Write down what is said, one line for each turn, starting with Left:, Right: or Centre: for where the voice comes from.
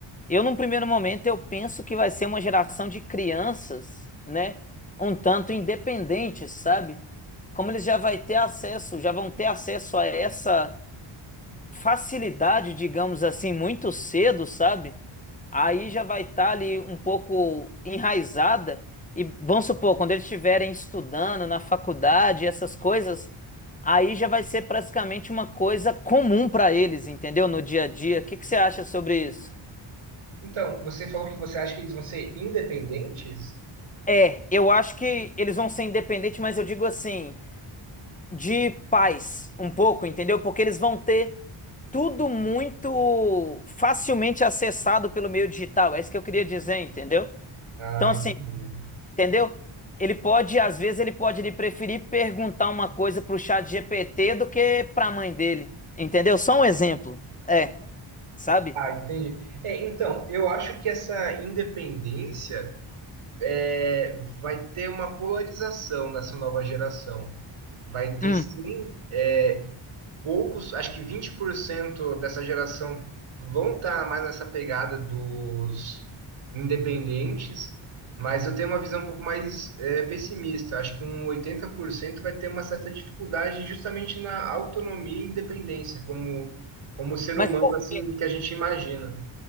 Left: Eu, num primeiro momento, eu penso que vai ser uma geração de crianças, né? Um tanto independentes, sabe? Como eles já vai ter acesso, já vão ter acesso a essa facilidade, digamos assim, muito cedo, sabe? Aí já vai estar ali um pouco enraizada e vamos supor, quando eles estiverem estudando na faculdade, essas coisas, aí já vai ser praticamente uma coisa comum para eles, entendeu? No dia a dia. O que que você acha sobre isso?
Right: Então, você falou que você acha que eles vão ser independentes?
Left: É, eu acho que eles vão ser independentes, mas eu digo assim, de paz, um pouco, entendeu? Porque eles vão ter tudo muito facilmente acessado pelo meio digital. É isso que eu queria dizer, entendeu?
Right: Ah,
Left: Então, assim,
Right: entendi.
Left: entendeu? Ele pode, às vezes, ele pode ele preferir perguntar uma coisa pro chat GPT do que pra mãe dele, entendeu? Só um exemplo. É, sabe?
Right: Ah, entendi. É, então, eu acho que essa independência é, vai ter uma polarização nessa nova geração. Vai ter
Left: Hum.
Right: sim, é, poucos, acho que 20% dessa geração vão estar mais nessa pegada dos independentes, mas eu tenho uma visão um pouco mais eh, pessimista. Acho que um 80% vai ter uma certa dificuldade justamente na autonomia e independência, como, como ser
Left: Mas
Right: humano
Left: por
Right: assim
Left: quê?
Right: que a gente imagina.